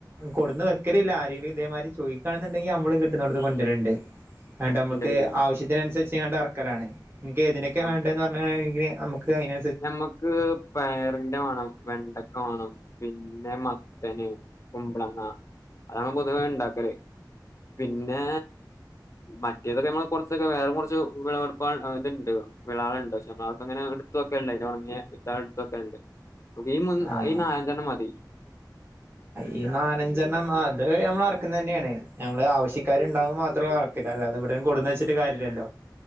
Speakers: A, on the right (about 30°); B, on the left (about 40°).
A: കൊടുന്ന് വെക്കലില്ല ആരേങ്കിലും ഇതേമാതിരി ചോദിക്കാണെന്നുണ്ടെങ്കിൽ നമ്മള് കിട്ടുന്നടത്ത്ന്ന് കൊണ്ടൽണ്ട് ന്നട്ട് നമ്മുക്ക്
B: ഉണ്ടല്ലേ
A: ആവശ്യത്തിനനുസരിച്ച് ങ്ങണ്ട് അറക്കലാണ് നിക്ക് ഏതിനൊക്കെ
B: ആഹ്
A: വേണ്ട എന്ന് പറഞ്ഞെങ്കിൽ നമുക്ക് അതിന
B: ഞമ്മക്ക് പയറിന്റെ വാണം വെണ്ടക്ക വാണം പിന്നെ മത്തന് കുമ്പളങ്ങ അതാണ് പൊതുവേ ഇണ്ടാക്കൽ പിന്നെ മറ്റേതൊക്കെ നമ്മൾ കുറച്ചൊക്കെ വേറെ കുറച്ച് വിളവെടുപ്പണ്ട് വിളണ്ട് പക്ഷെ ഞമ്മൾ അങ്ങനെ ത്ത് വെക്കൽണ്ട് ഇത് ഉണങ്ങിയ വിത്താൾ ഇടുത്ത് വെക്കൽണ്ട് ഈ
A: ആഹ്
B: ഈ നാലഞ്ചണ്ണം മതി
A: ഈ നാലഞ്ചെണ്ണം അത് നമ്മൾ ഇറക്കുന്ന തന്നെയാണ് ഞമ്മള് ആവശ്യക്കാർ ഉണ്ടാകുമ്പോ മാത്രറക്ക് അല്ലാതെ ഇവിടെ കൊടുന്ന് വച്ചിട്ട് കാര്യംല്ലല്ലോ